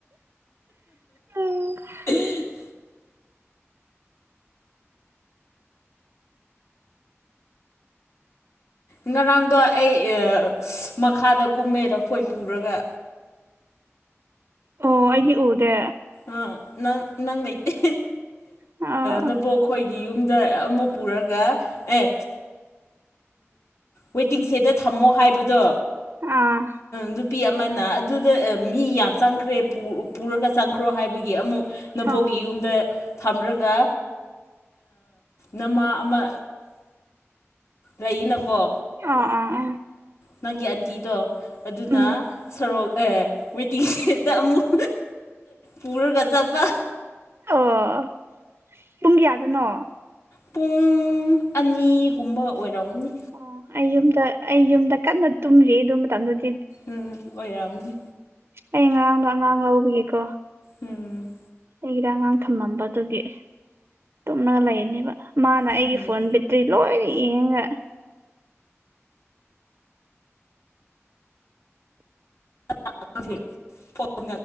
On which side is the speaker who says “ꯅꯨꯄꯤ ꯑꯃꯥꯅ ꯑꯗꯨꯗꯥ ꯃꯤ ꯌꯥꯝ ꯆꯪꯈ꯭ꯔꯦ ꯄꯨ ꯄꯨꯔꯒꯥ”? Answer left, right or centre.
Left